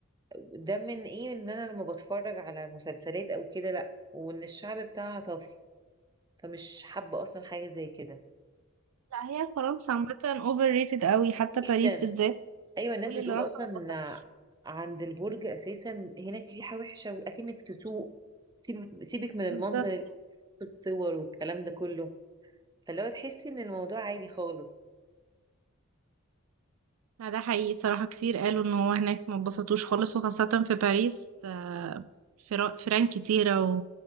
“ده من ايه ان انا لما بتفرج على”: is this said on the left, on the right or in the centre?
Right